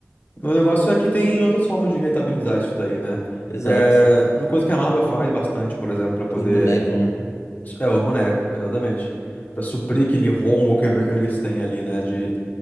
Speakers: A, on the left (about 40°); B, on the left (about 80°).
A: O negócio é que tem outras formas de rentabilizar isso daí, né?
B: Exato.
A: É, uma coisa que a Marvel faz bastante, por exemplo, para poder.
B: Os bonecos, né?
A: É o boneco, exatamente. Para suprir aquele rombo que eles têm ali, né? De,